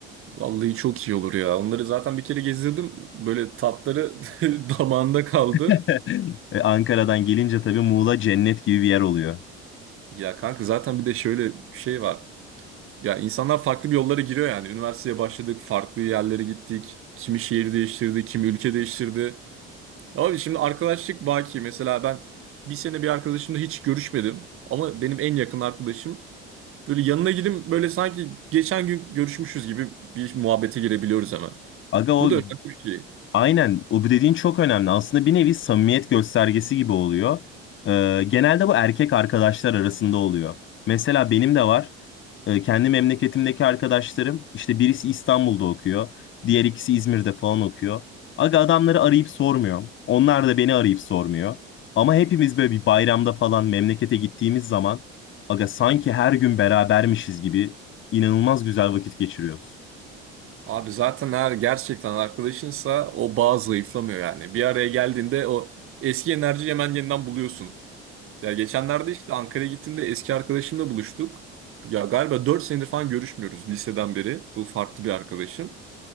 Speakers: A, on the right; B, on the left.
A: Vallahi çok iyi olur ya. Onları zaten bir kere gezdirdim. Böyle tatları <laughs> damağında kaldı.
B: <laughs> E, Ankara'dan gelince tabii Muğla cennet gibi bir yer oluyor.
A: Ya kanka zaten bir de şöyle bir şey var. Ya insanlar farklı bir yollara giriyor yani. Üniversiteye başladık, farklı yerlere gittik. Kimi şehir değiştirdi, kimi ülke değiştirdi. Ama şimdi arkadaşlık baki. Mesela ben bir sene bir arkadaşımla hiç görüşmedim. Ama benim en yakın arkadaşım. Böyle yanına gidip böyle sanki geçen gün görüşmüşüz gibi bir muhabbete girebiliyoruz hemen.
B: Aga o
A: Bu da önemli bir şey.
B: Aynen o bu dediğin çok önemli. Aslında bir nevi samimiyet göstergesi gibi oluyor. Ee, genelde bu erkek arkadaşlar arasında oluyor. Mesela benim de var. Ee, kendi memleketimdeki arkadaşlarım işte birisi İstanbul'da okuyor. Diğer ikisi İzmir'de falan okuyor. Aga adamları arayıp sormuyorum. Onlar da beni arayıp sormuyor. Ama hepimiz böyle bir bayramda falan memlekete gittiğimiz zaman aga sanki her gün berabermişiz gibi inanılmaz güzel vakit geçiriyoruz.
A: Abi zaten eğer gerçekten arkadaşınsa o bağ zayıflamıyor yani. Bir araya geldiğinde o eski enerjiyi hemen yeniden buluyorsun. Ya geçenlerde işte Ankara'ya gittiğimde eski arkadaşımla buluştuk. Ya galiba 4 senedir falan görüşmüyoruz liseden beri. Bu farklı bir arkadaşım.